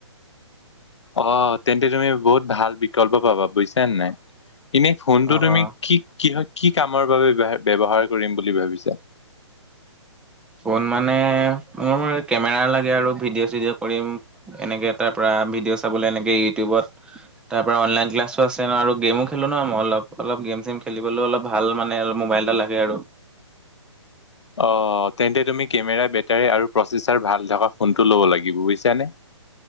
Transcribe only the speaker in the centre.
অ',
ফোন মানে মোৰ কেমেৰা লাগে আৰু ভিডিঅ' চিডিঅ' কৰিম এনেকে তাৰ পৰা ভিডিঅ' চাবল এনেকে ইউটিউবত তাৰ পৰা অনলাইন ক্লাছো আছে ন গেমো খেলো ন মই অলপ অলপ গেম চেম খেলিবলৈও অলপ ভাল মানে আৰু মোবাইল এটা লাগে আৰু